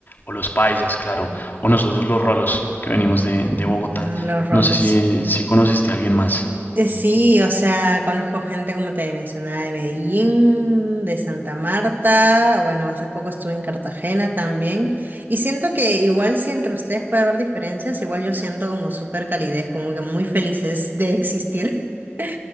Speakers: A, on the left; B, on the right.
A: o los paisas, claro, o nosotros los rolos que venimos de, de Bogotá.
B: Ah, Los rolos.
A: No sé si, si conociste a alguien más.
B: Eh, Sí, o sea, conozco gente, como te mencionaba, de Medellín, de Santa Marta, bueno, hace poco estuve en Cartagena también, y siento que igual si entre ustedes puede haber diferencias, igual yo siento como súper calidez, como que muy felices de existir. <laughs>